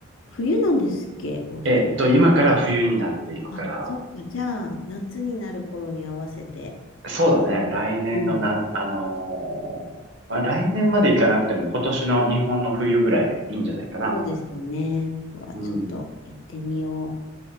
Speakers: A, on the left; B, on the right.
A: 冬なんですっけ、オーストラリ
B: えっと、今から冬になっていくから、
A: ア。あ、そっか、じゃあ、夏になる頃に合わせて。
B: そうだね。来年のな、
A: うん。
B: あのーあ来年まで行かなくても今年の日本の冬ぐらいでいいんじゃないかな。
A: そうですよね。うわ、
B: うん。
A: ちょっと行ってみよう。